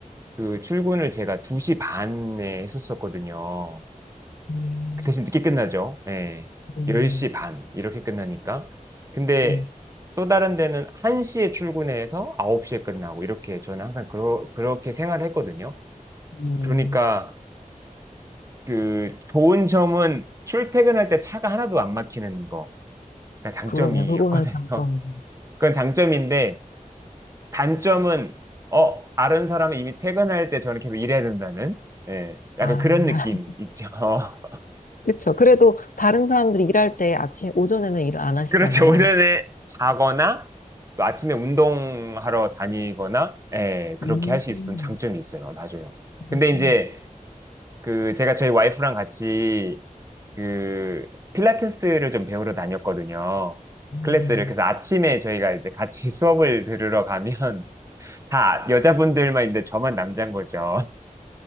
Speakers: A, on the right (about 20°); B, on the left (about 75°).
A: 그 출근을 제가 2시 반에 했었었거든요.
B: 음,
A: 그 대신 늦게 끝나죠. 예.
B: 음,
A: 10시 반 이렇게 끝나니까. 근데
B: 네.
A: 또 다른 데는 1시에 출근해서 9시에 끝나고 이렇게 저는 항상 그러, 그렇게 생활을 했거든요.
B: 음,
A: 그러니까 그 좋은 점은 출퇴근할 때 차가 하나도 안 막히는 거. 그러니까 장점이었거든요.
B: 그러네요. 그거는 장점.
A: <laughs> 그건 장점인데 단점은 어 다른 사람은 이미 퇴근할 때 저는 계속 일해야 된다는 예 약간
B: 아,
A: 그런 느낌
B: <laughs>
A: 있죠. <laughs>
B: 그렇죠. 그래도 다른 사람들이 일할 때 아침, 오전에는 일을 안 하시잖아요.
A: 그렇죠. 오전에 자거나 또 아침에 운동하러 다니거나 예 그렇게
B: 음.
A: 할 수 있었던 장점이 있어요. 맞아요. 근데
B: 음,
A: 이제 그 제가 저희 와이프랑 같이 그 필라테스를 좀 배우러 다녔거든요.
B: 네.
A: 클래스를 그래서 아침에 저희가 이제 같이 <laughs> 수업을 들으러 가면 다 여자분들만 있는데 저만 남자인 거죠.